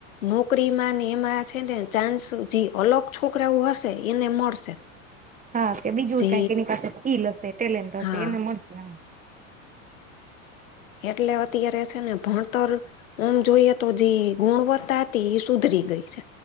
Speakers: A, on the left (about 90°); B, on the right (about 20°).
A: નોકરી માં ને એમાં છે ને ચાન્સ જે અલગ છોકરાઓ હશે એને મળશે.
B: હા કે બીજું
A: જે
B: કઈક એની પાસે સ્કીલ હશે, ટેલેન્ટ હશે
A: હા
B: એને મળશે હા
A: એટલે અત્યારે છે ને ભણતર આમ જોઈએ તો જે ગુણવત્તા હતી એ સુધરી ગઈ છે.